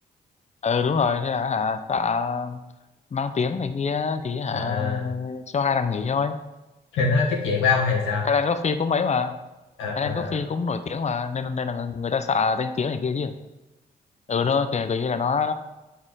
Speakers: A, on the left; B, on the left.
A: ừ đúng rồi thế là hả tạ mang tiếng này kia thì hả
B: à,
A: cho hai thằng nghỉ thôi
B: thì nó tiếp chuyện với ông hay sao
A: Highland Coffee cũng mấy mà
B: à, à,
A: Highland Coffee cũng nổi tiếng mà nên nên là người ta xạ danh tiếng này kia chứ ừ nó kiểu, kiểu như là nó